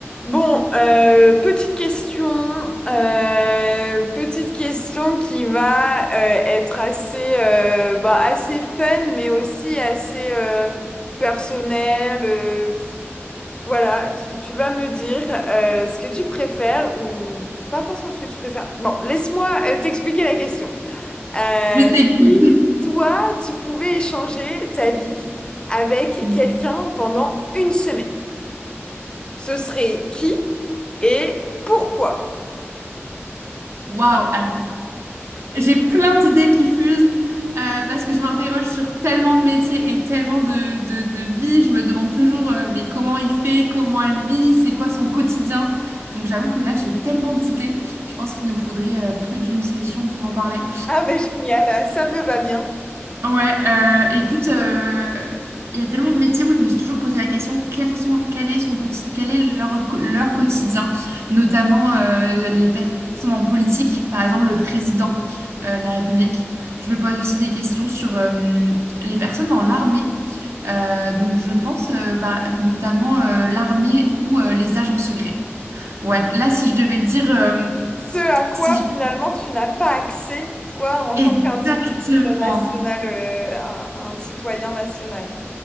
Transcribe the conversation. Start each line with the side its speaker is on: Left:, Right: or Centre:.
Left: Bon, euh, petite question, euh, petite question qui va euh, être assez, euh, bah, assez fun, mais aussi assez euh, personnelle. euh, pff. voilà, tu, tu vas me dire euh, ce que tu préfères ou pas forcément ce que tu préfères. Bon, laisse-moi euh, t'expliquer la question. Euh,
Right: Je t'écoute.
Left: si toi, tu pouvais échanger ta vie avec
Right: Mhm.
Left: quelqu'un pendant une semaine. Ce serait qui et pourquoi?
Right: Waouh! Alors, J'ai plein d'idées qui fusent euh, parce que je m'interroge sur tellement de métiers et tellement de, de, de vies. Je me demande toujours euh, mais comment il fait, comment elle vit, c'est quoi son quotidien. Donc j'avoue que là, j'ai tellement d'idées. Je pense qu'il nous faudrait euh, plus d'une session pour en parler.
Left: Ah, mais génial, ça me va bien.
Right: Ouais, euh, écoute, euh, il y a tellement de métiers où je me suis toujours posé la question, quels sont, quel est son quotidien, quel est leur, co- leur quotidien, notamment euh, les personnes en politique, par exemple le président euh, de la République. Je me pose aussi des questions sur euh, les personnes dans l'armée. Euh, donc je pense euh, par- notamment euh, l'armée ou euh, les agents secrets. Ouais, là si je devais dire, euh,
Left: Ce à quoi
Right: si
Left: finalement tu n'as pas accès, toi, en
Right: je-
Left: tant qu'individu
Right: exactement.
Left: euh, national, euh, un, un citoyen national.